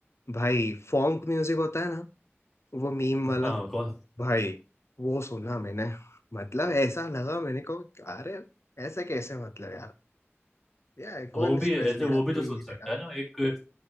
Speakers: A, on the left (about 75°); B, in the centre.
A: भाई फॉन्क म्यूजिक होता है ना वो मीम वाला
B: हाँ कौन
A: भाई वो सुना मैंने मतलब ऐसा लगा मैंने को अरे ऐसे कैसे मतलब यार यार कोई
B: वो भी
A: स्ट्रेस
B: ऐसे
A: ले रहा
B: वो भी
A: कोई
B: तो सुन
A: नहीं
B: सकता
A: ले रहा
B: है ना एक